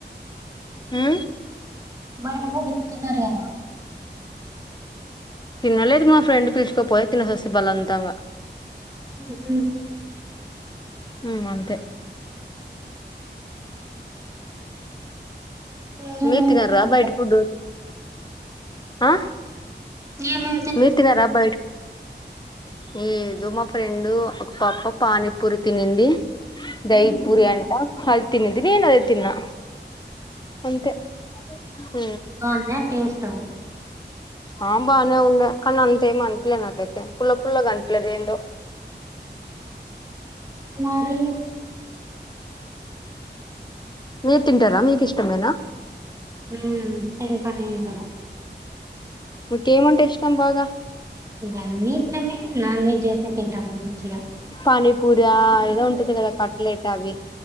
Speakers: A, on the left; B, on the right.
A: హ్
B: బయట ఫుడ్డు తినరేమో
A: తినలేదు మా ఫ్రెండ్ పిలుచుకపోయి తినసొస్తుంది బలంతంగా
B: ఉ
A: హ్మ్ అంతే
B: ఏమేమి
A: మీరు తినరా
B: తిన్నారు
A: బయటి ఫుడ్ ఆ
B: ఎమ్
A: మీరు తినరా బయటి ఫుడ్ ఏదో మా ఫ్రైండ్ ఒక పాప పానీపూరి తినింది దాయి పూరి అంటా అది తినింది నేను అదే తిన్నా అంతే హ్
B: అదే టేస్ట్
A: ఆ బాగానే ఉండే కానీ అంతే ఏమ్ అనిపియ్యలే నాకైతే పుల్ల పుల్లగా అనిపియ్యలే ఏందో
B: మరి
A: మీరు తింటారా మీకు ఇష్టమేనా
B: ఉ తింటా నేను కూడా
A: మీకేమంటే ఇష్టం బాగా
B: అన్ని ఇష్టమే నాన్ వెజ్ అయితే తింటాము మంచిగా
A: పానీపూరి ఆ ఏదో ఉంటుంది కదా కట్లెట్ అవి